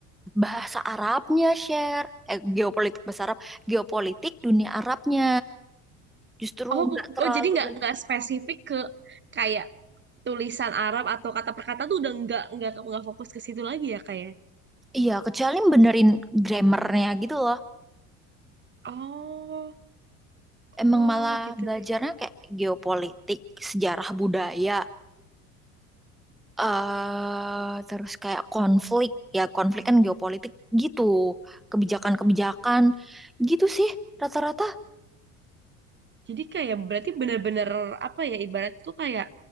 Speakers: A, in the centre; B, on the right.
A: bahasa Arabnya, share eh, geopolitik bahasa Arab, geopolitik dunia Arabnya. Justru
B: Oh,
A: nggak
B: bu-
A: terlalu
B: oh jadi nggak
A: belajar.
B: nggak spesifik ke kayak tulisan Arab atau kata per kata tuh udah nggak nggak nggak fokus ke situ lagi ya kayak
A: Iya, kecuali benerin grammarnya gitu loh.
B: Oh, oh
A: Emang malah
B: gitu.
A: belajarnya kayak geopolitik, sejarah budaya, eh terus kayak konflik. Ya, konflik kan geopolitik gitu. Kebijakan-kebijakan gitu sih. Rata-rata
B: Jadi kayak berarti benar-benar apa ya ibarat tuh kayak